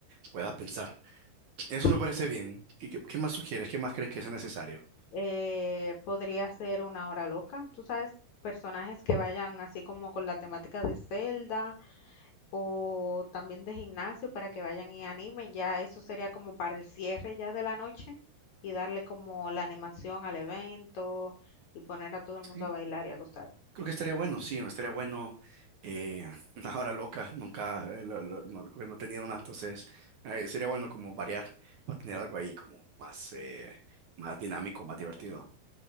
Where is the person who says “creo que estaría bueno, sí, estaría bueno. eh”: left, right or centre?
Right